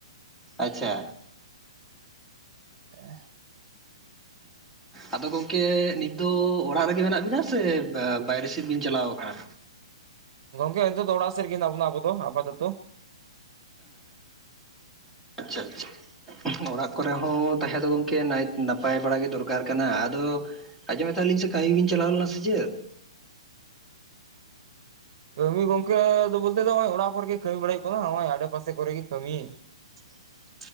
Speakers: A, in the centre; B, on the right.
A: ᱟᱪᱪᱷᱟ
B: ᱮᱸ
A: ᱟᱫᱚ ᱜᱚᱝ ᱠᱮ ᱱᱤᱛᱳᱜ ᱚᱲᱟᱜ ᱨᱮᱜᱮ ᱢᱮᱱᱟᱜ ᱵᱤᱱᱟ ᱥᱮ ᱵᱟᱭᱨᱮ ᱥᱮᱫ ᱵᱤᱱ ᱪᱟᱞᱟᱣ ᱟᱠᱟᱱᱟ
B: ᱜᱚᱝᱠᱮ ᱦᱤᱛᱳᱜ ᱫᱚ ᱚᱲᱟᱜ ᱥᱮᱫ ᱨᱮᱜᱮ ᱦᱤᱱᱟᱜ ᱵᱚᱱᱟ ᱟᱵᱚ ᱫᱚ ᱟᱯᱟᱛᱚᱛᱚ
A: ᱟᱪᱪᱷᱟ ᱟᱪᱪᱷᱟ ᱚᱲᱟᱜ ᱠᱚᱨᱮ ᱦᱚᱸ ᱛᱟᱦᱮᱸ ᱫᱚ ᱜᱚᱢᱠᱮ ᱱᱟᱭ ᱱᱟᱯᱟᱭ ᱵᱟᱲᱟ ᱜᱮ ᱫᱚᱨᱠᱟᱨ ᱠᱟᱱᱟ ᱟᱫᱚ ᱟᱡᱚᱢᱮᱫ ᱛᱟᱦᱮᱸ ᱱᱟᱞᱤᱧ ᱥᱮ ᱠᱟ. ᱢᱤ ᱵᱤᱱ ᱪᱟᱞᱟᱣ ᱞᱮᱱᱟ ᱥᱮ ᱪᱮᱫ
B: ᱠᱟᱹᱢᱤ ᱜᱚᱝᱠᱮ ᱵᱚᱞᱛᱮ ᱫᱚ ᱱᱚᱜᱼᱚᱭ ᱚᱲᱟᱜ ᱠᱚᱨᱮ ᱜᱮ ᱠᱟᱹᱢᱤ ᱵᱟᱲᱟ ᱦᱩᱭᱩᱜ ᱠᱟᱱᱟ ᱱᱚᱜᱼᱚᱭ ᱟᱰᱮ ᱯᱟᱥᱮ ᱠᱚᱨᱮ ᱜᱮ ᱠᱟᱹᱢᱤ
A: <inaudible>